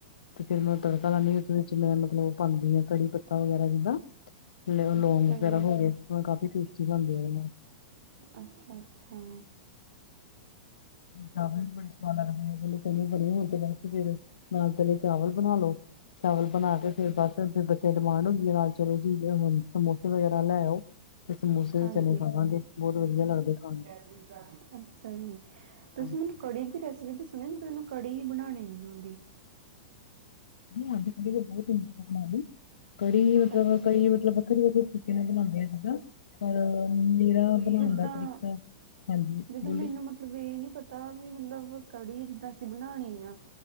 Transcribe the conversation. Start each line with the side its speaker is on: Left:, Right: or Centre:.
Left: ਤੇ ਫਿਰ ਮੈਂ ਤੜਕਾ ਲਾਦੀ ਮੈਂ ਮਤਲਬ ਉਹ ਪਾਉਂਦੀ ਹਾਂ ਕੜੀ ਪੱਤਾ ਵਗੈਰਾ ਜਿੱਦਾਂ। ਲੋਂਗ
Right: ਅੱਛਾ
Left: ਵਗੈਰਾ
Right: ਜੀ
Left: ਹੋ ਗਏ ਉਹ ਕਾਫੀ ਟੇਸਟੀ ਬਣਦੇ ਆ ਉਹਦੇ ਨਾਲ।
Right: ਅੱਛਾ-ਅੱਛਾ।
Left: ਚਾਵਾਲ ਬਣੇ। ਲੱਗਦੀ ਆ ਪਹਿਲੇ ਚਨੀ ਬਣੇ ਹੋਣ ਤੇ ਬੈਸ ਫਿਰ ਨਾਲ ਤੇਲੇ ਚਾਵਲ ਬਣਾ ਲੋ। ਚਾਵਲ ਬਣਾ ਕੇ ਫਿਰ ਬਸ ਗੱਚੇ ਡਿਮਾਂਡ ਹੁੰਦੀ ਹੈ ਨਾਲ ਚਲੋ ਜੀ ਸਮੋਸੇ ਵਗੈਰਾ ਲੈ ਆਓ। ਤੇ ਸਮੋਸੇ
Right: ਹਾਂਜੀ
Left: ਵੀ ਚਲੇ ਖਾਵਾਂਗੇ ਬਹੁਤ ਵਧੀਆ ਲੱਗਦੇ ਖਾਣ।
Right: ਅੱਛਾ ਜੀ' ਤੁਸੀਂ
Left: ਹਾਂਜੀ
Right: ਮੈਨੂੰ ਕੜੀ। ਰੈਸਿਪੀ ਤਾਂ ਸੁਣਓ ਜ ਤੈਨੂੰ ਕੜੀ ਹੀ ਬਣਾਣੀ ਨਹੀਂ ਆਉਦੀ।
Left: ਨਹੀਂ ਅੱਜ ਕੀ ਦਾ ਬਹੁਤ ਇੰਤਜ਼ਾਨ ਆ ਵੀ। ਕੜੀ ਮਤਲਬ
Right: ਅੱਛਾ
Left: ਕੜੀ ਮਤਲਬ ਵੱਖਰੇ ਵੱਖਰੇ ਤਰੀਕੇ ਨਾਲ ਬਣਾਉਂਦੇ ਸੀਗਾ ਪਰ ਮੇਰਾ ਬਣਾਉਣ
Right: ਜਿੱਦਾਂ
Left: ਦਾ ਤਰੀਕਾ। ਹ ਹਾਂਜੀ
Right: ਜਦੋਂ
Left: ਬੋਲੋ।
Right: ਮੈਨੂੰ ਮਤਲਬ ਇਹ ਨੀ ਪਤਾ ਵੀ ਮਤਲਬ ਕੜੀ ਜਿੱਦਾਂ ਅਸੀਂ ਬਣਾਉਣੀ ਆ